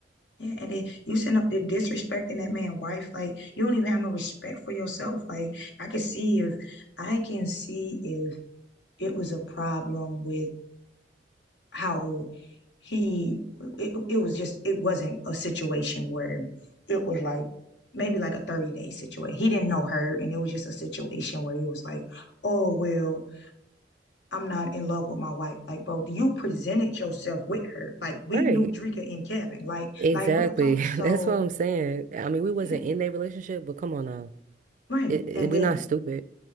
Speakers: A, on the left; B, on the right.
A: Yeah, and then you send up there disrespecting that man' wife. Like you don't even have no respect for yourself. Like I can see if I can see if it was a problem with how he it, it was just it wasn't a situation where it was like maybe like a 30 day situation. He didn't know her and it was just a situation where it was like, oh well, I'm not in love with my wife. Like, bro, you presented yourself with her. Like we
B: Right.
A: knew Drika and Kevin. Like,
B: Exactly.
A: like real talk.
B: <laughs>
A: So
B: That's what I'm saying. I mean, we wasn't
A: yeah.
B: in that relationship, but come on now.
A: Right.
B: It, it,
A: And
B: we
A: then,
B: not stupid.